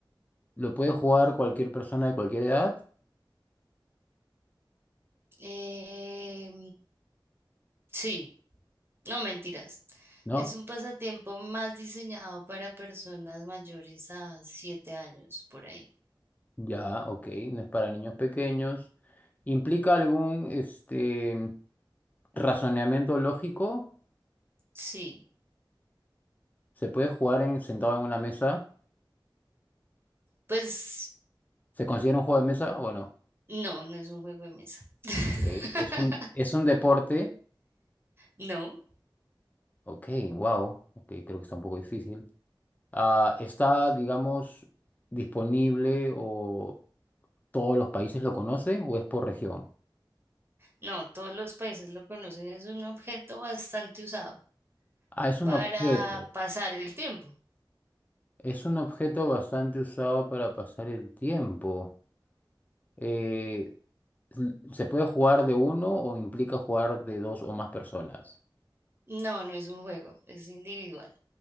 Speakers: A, on the left; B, on the right.
A: ¿Lo puede jugar cualquier persona de cualquier edad?
B: Eh, sí, no mentiras.
A: ¿No?
B: Es un pasatiempo más diseñado para personas mayores a siete años, por ahí.
A: Ya, ok, no es para niños pequeños. ¿Implica algún este razonamiento lógico?
B: Sí,
A: ¿Se puede jugar en, sentado en una mesa?
B: pues
A: ¿Se considera un juego de mesa o no?
B: no, no es un juego de mesa. <laughs>
A: Ok, ¿Es un, es un deporte?
B: No,
A: Ok, wow. Ok, creo que está un poco difícil. Ah, ¿está, digamos, disponible o todos los países lo conocen o es por región?
B: no, todos los países lo conocen, es un objeto bastante usado
A: Ah, es un
B: para
A: objeto.
B: pasar el tiempo.
A: Es un objeto bastante usado para pasar el tiempo. Eh, mm, ¿Se puede jugar de uno o implica jugar de dos o más personas?
B: No, no es un juego, es individual.